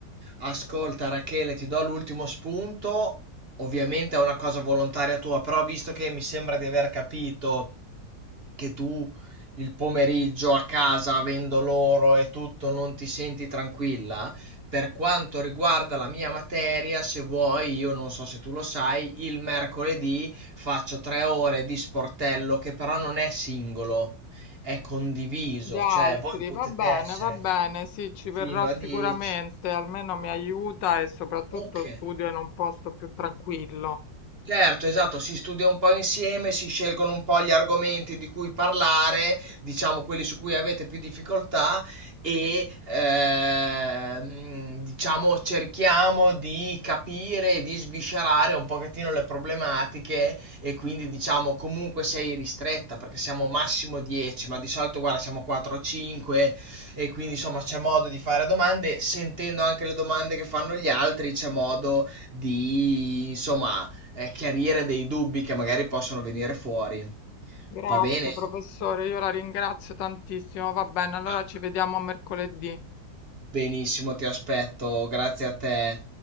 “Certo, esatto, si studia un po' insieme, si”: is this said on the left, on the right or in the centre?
Right